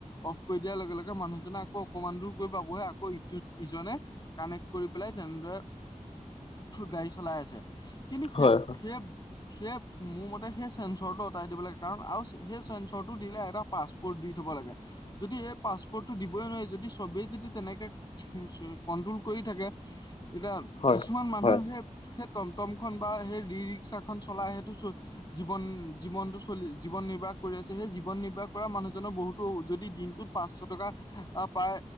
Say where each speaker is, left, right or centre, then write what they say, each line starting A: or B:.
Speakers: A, on the left; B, on the left.
A: অফ কৰি দিয়াৰ লগে লগে মানুহজনে আকৌ অকমান দূৰ গৈ পাবহে আকৌ ইটো ইজনে কানেক্ট কৰি পেলাই তেনেদৰে গাড়ী চলাই আছে। কিন্তু সেই
B: হয় হয়
A: সেই সেই মোৰ মতে সেই চেঞ্চৰটো আঁতৰাই দিব লাগে কাৰণ আৰু সেই চেঞ্চৰটো দিলে এটা পাছপোৰ্ট দি থ'ব লাগে, যদি এই পাছপৰ্টটো দিবই নোৱাৰি যদি চবেই যদি তেনেকে কণ্ট্ৰল কৰি থাকে তেতিয়া
B: হয়
A: কিছুমান মানুহৰ
B: হয়।
A: সেই সেইট টমটমখন বা সেই ই ৰিক্সাখন চলাই সেইটো জীৱন জীৱনটো চলি জীৱন নি বাহ কৰি আছে সেই জীৱন নিৰ্বাহ কৰা মানুহজনৰ বহুতো যদি দিনটোত পাঁচশ টকা আ, পায়